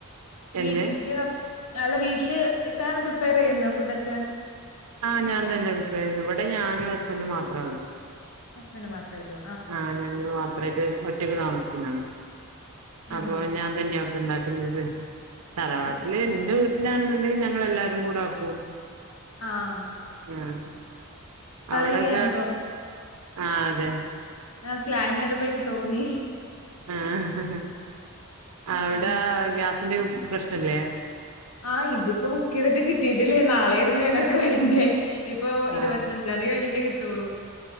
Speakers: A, on the left (about 75°); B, on the right (about 85°).
A: വീട്ടില്
B: എന്ത്
A: അല്ല വീട്ടില് ഇത്താണ് പ്രിപ്പയറെയ്യുന്നെ ഫുഡൊക്കെ
B: ആഹ് ഞാൻതന്നെ പ്രിപ്പയർ ഇവിടെ ഞാനും ഹസ്ബൻഡും മാത്രാള്ള്
A: ഹസ്ബഡ് മാത്രെ ഒള്ളു
B: ആഹ് ഞങ്ങള് മാത്രായിട്ട് ഒറ്റക്ക് താമസത്തിനാണ്
A: ആ
B: അപ്പൊ ഞാൻ തന്നെയ ഒക്ക ഇണ്ടാക്കുന്നത് തറവാട്ടില്
A: കുട്ടികള്
B: എന്റെവീട്ട് ല്ലാന്നുണ്ടെങ്കി ഞങ്ങൾ എല്ലാരും കൂടെ വെക്കും
A: ആഹ്
B: ആഹ് അവ്ടൊക്കെ
A: ഏരിയാന്ന്
B: ആഹ് അതെ
A: ആഹ് സ്ലാങട്ടപ്പോ എനിക്ക് തോന്നി
B: ആഹ് അവിടെ
A: ആ
B: ആഹ് ഗ്യാസിന്റെക്കെ പ്രശ്നല്ലേ
A: ആഹ് ഇതിപ്പോ ബുക്കയ്തിട്ട് കിട്ടിയിട്ടില്ലേ നാളെയിരുന്നു ഞങ്ങൾക്ക് വരണ്ടേ ഇപ്പോ
B: ആഹ്
A: ഇരുപത്ത താന്തി കഴിഞ്ഞട്ടേ കിട്ടോള്ളൂ